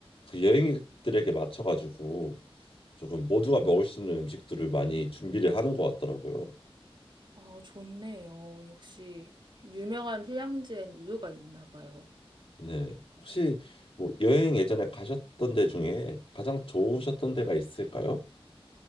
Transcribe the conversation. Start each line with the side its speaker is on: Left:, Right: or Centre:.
Left: 그 여행객들에게 맞춰가지고 조금 모두가 먹을 수 있는 음식들을 많이 준비를 하는 것 같더라고요.
Right: 아, 좋네요. 역시 유명한 휴양지엔 이유가 있나 봐요.
Left: 네. 혹시 뭐 여행 예전에 가셨던 데 중에 가장 좋으셨던 데가 있을까요?